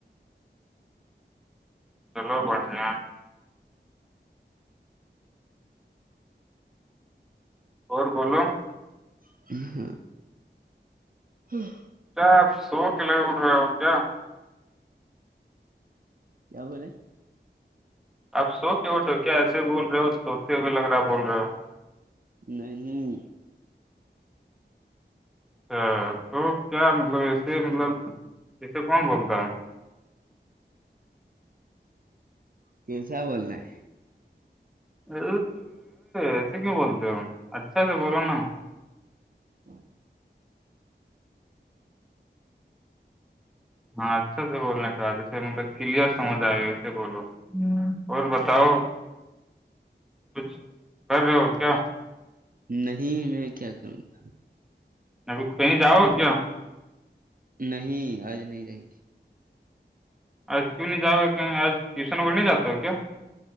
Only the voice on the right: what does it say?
<unintelligible> ہاں
کیا بولے
نہیں
کیسا بولنا ہے
ہاں <inaudible>
نہیں میں کیا کروں گا
نہیں آج نہیں جائیں گے